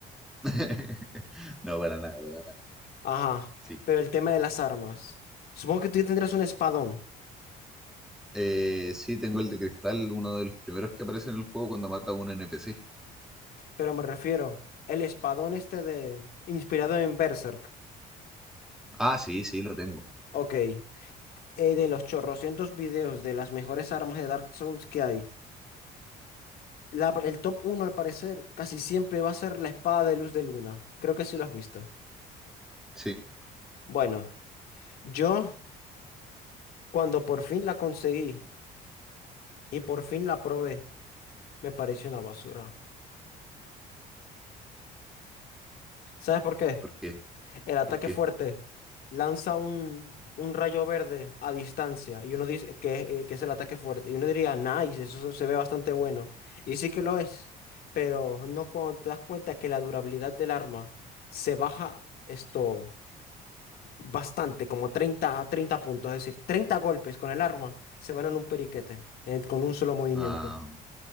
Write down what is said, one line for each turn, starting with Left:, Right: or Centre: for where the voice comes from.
Centre: <laughs> No, para nada, para nada.
Left: Ajá,
Centre: Sí.
Left: pero el tema de las armas. Supongo que tú ya tendrás un espadón,
Centre: Eh, sí, tengo el de cristal, uno de los primeros que aparece en el juego cuando mata a un NPC.
Left: pero me refiero, el espadón este de... inspirado en Berserk.
Centre: Ah, sí, sí, lo tengo.
Left: Ok, eh, de los chorrocientos videos de las mejores armas de Dark Souls que hay, la- el top uno al parecer casi siempre va a ser la espada de luz de luna. Creo que sí lo has visto.
Centre: Sí.
Left: Bueno, yo cuando por fin la conseguí y por fin la probé. Me parece una basura. ¿Sabes por qué?
Centre: ¿Por qué?
Left: El ataque
Centre: ¿Por qué?
Left: fuerte lanza un, un rayo verde a distancia y uno dice que, eh, que es el ataque fuerte. Y uno diría, nice, eso se ve bastante bueno. Y sí que lo es, pero no cuando te das cuenta que la durabilidad del arma se baja esto bastante, como 30, 30 puntos. Es decir, 30 golpes con el arma se van en un periquete, eh, con un solo movimiento.
Centre: Ah,